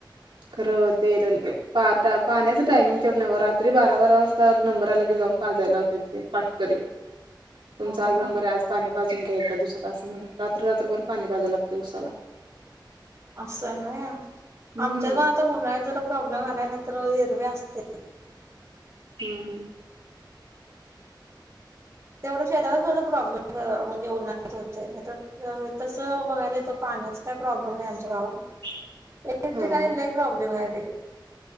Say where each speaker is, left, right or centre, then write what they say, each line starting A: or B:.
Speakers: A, on the right; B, on the right.
A: खरं तेल पा पाहण्याच टायमिंग तेव न बर तरी बारा बारा वाजता नंबर आला की जाऊन पाजायला होते ते पाठकरी तुमचा
B: हा
A: आज नंबर आहे आज पाणी वाजून घ्या एका दिवसात असं म्हण रात्र रात्रभर पाणी वाजाव लागते उसाला
B: असं आहे
A: हम्म
B: आमच्यातगाव आता उन्हा्यात जरा प्रॉब्लेम आलाय ना तर एरवी असते
A: हं, हं.
B: तेवढं शेताला तेवढं प्रॉब्लेम म्हणजे, उन्हाळ्यात होतय नाही- तस बघायला तर पाण्याचा काय प्रॉब्लेम नाही आमच्या गावाला.
A: <inaudible>
B: ए <unintelligible> ठिकाणी
A: हा
B: नाही प्रॉब्लेम आहे.